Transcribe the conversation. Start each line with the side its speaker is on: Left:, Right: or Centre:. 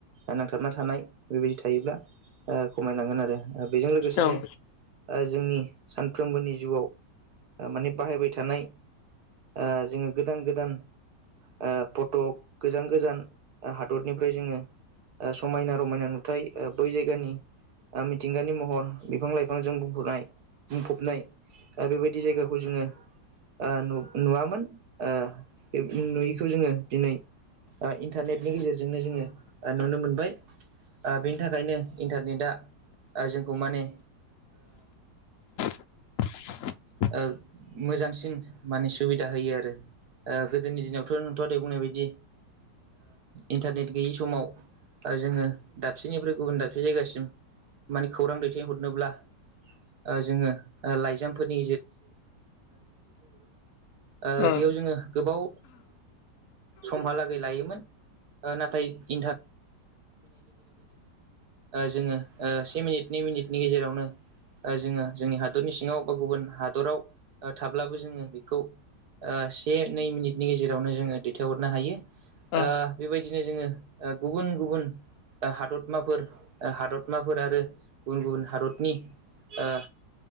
Right: नांथाबना थानाय बेबायदि थायोब्ला ओ खमायलांगोन आरो बेजों लोगोसेनो
Left: उम
Right: ओ जोंनि सानफ्रोमबोनि जिउआव माने बाहायबाय थानाय ओ जोङो गोदान गोदान ओ फटक गोजान गोजान हादरनिफ्राय जोङो ओ समायना रमायना नुथाय बै जायगानि मिथिंगानि म हर बिफां लाइफांजों बुंफनाय बुंफबनाय आरो बेबायदि जायगाखौ जोङो ओ नुवामोन ओ बे नुयिखौ जोङो दिनै ओ इन्टारनेटनि गेजेरजोंनो जोङो ओ नुनो मोनबाय ओ बिनि थाखायनो इन्टारनेटआ जोंखौ माने
Left: <unintelligible>
Right: ओ मोजांसिन माने सुबिदा होयो आरो ओ गोदोनि दिनावथ' नोंथाङा दहाय बुंनाय बायदि इन्टारनेट गैयै समाव जोङो दाबसेनिफ्राय गुबुन दाबसे जायगासिम माने खौरां दैथायहरनोब्ला ओ जोङो लाइजामफोरनि ओ
Left: उम
Right: बेयाव जोङो गोबाव समहालागै लायोमोन ओ नाथाय ओ जोङो से मिनिट नै मिनिटनि गेजेरावनो ओ जोङो जोंनि हादरनि सिङाव बा गुबुन हादराव थाब्लाबो जोङो बेखौ ओ से नै मिनिटनि गेजेरावनो जोङो दैथायहरनो हायो।
Left: उम
Right: ओ बेबायदिनो जोङो ओ गुबुन गुबुन हादरमाफोर हादरमाफोर आरो गुबुन गुबुन हादरनि ओ